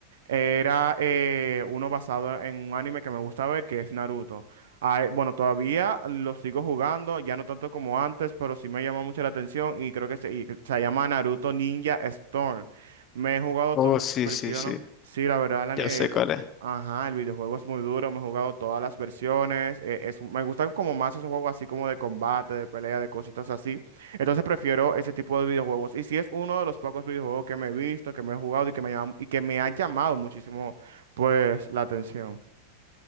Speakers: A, on the right (about 60°); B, on the left (about 30°).
A: era eh, uno basado en un anime que me gusta ver, que es Naruto. Ah, eh, bueno, todavía lo sigo jugando, ya no tanto como antes, pero sí me llama mucho la atención y creo que se, y que se llama Naruto Ninja Storm. Me he jugado
B: Oh,
A: todas las
B: sí, sí,
A: versiones.
B: sí,
A: Sí, la verdad, la-
B: ya
A: eh,
B: sé cuál es.
A: ajá, el videojuego es muy duro, me he jugado todas las versiones. eh, es- me gustan como más esos juegos así como de combate, de pelea, de cositas así. Entonces prefiero ese tipo de videojuegos. Y si es uno de los pocos videojuegos que me he visto, que me he jugado y que me, llam- y que me ha llamado muchísimo, pues, la atención.